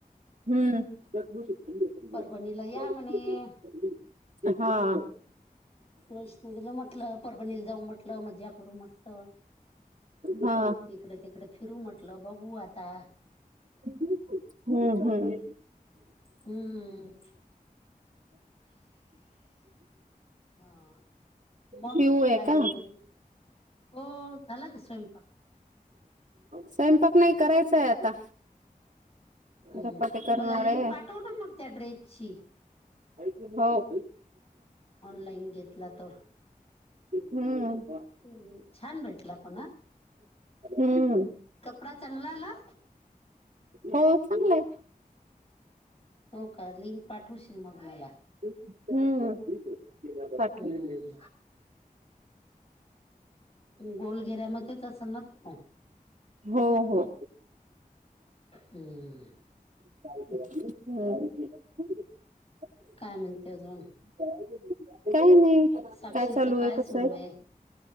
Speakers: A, on the right (about 55°); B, on the left (about 40°).
A: हम्म. <unintelligible>
B: परभणीला या म्हणे
A: हा..
B: वैष्णवीला म्हटलं परभणीला जाऊ म्हटलं मज्जा करू मस्त.
A: हा
B: इकडे तिकडे फिरू म्हटल बघू आता..
A: हम्म, हम्म.
B: हम्म.. हा, मग
A: पिऊ आहे
B: काय म्हणते
A: का
B: अजून. हो, झाला का स्वयंपाक?
A: स्वयंपाक नाही करायचाय आता.
B: हम्म,
A: धपाटे करणार
B: मला लिंक
A: आहे
B: पाठव ना मग त्या ड्रेसची.
A: हो.
B: ऑनलाइन घेतला तो.
A: हम्म..
B: हम्म छान भेटला पण हा.
A: हम्म.
B: कपडा चांगला आला?
A: हो चांगलाय.
B: हो का लिंक पाठवशील मग मला.
A: हम्म. पाठव
B: हम्म... गोल घेरा मध्येच असल ना तो.
A: हो हो
B: हम्म..
A: <unintelligible>
B: काय म्हणते अजून,
A: काय नाही
B: साक्षी
A: चालू
B: च काय
A: आहे कसं
B: सुरू आहे?